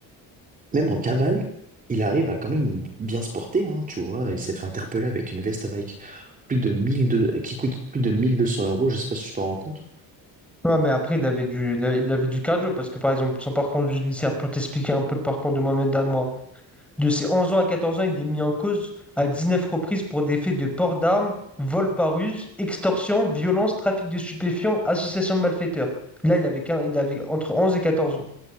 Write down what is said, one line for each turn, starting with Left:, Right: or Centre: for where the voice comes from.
Right: même en cavale, il arrive à quand même bien se porter, hein, tu vois. Il s'est fait interpeller avec une veste avec plus de 1200, qui coûte plus de 1200 euros, je sais pas si tu t'en rends compte.
Centre: Ouais, mais après, il avait du, il a- il avait du cardio parce que, par exemple, son parcours judiciaire, pour t'expliquer un peu le parcours de Mohamed moi de ses 11 ans à 14 ans, il est mis en cause à 19 reprises pour des faits de port d'armes, vol par ruse, extorsion, violence, trafic de stupéfiants, association de malfaiteurs. Là, il avait, qu'un- il avait entre 11 et 14 ans.